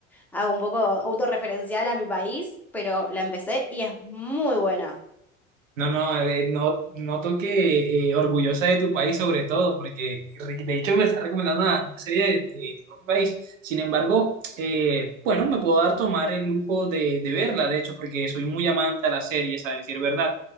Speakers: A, in the centre; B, on the right.
A: hago un poco autorreferencial a mi país, pero la empecé y es muy buena.
B: No, no, eh, no, noto que eh, orgullosa de tu país sobre todo, porque re- de hecho me estás recomendando una, una serie de, de tu propio país. Sin embargo, eh, bueno, me puedo dar tomar el lujo de, de verla, de hecho, porque soy muy amante a las series, a decir verdad.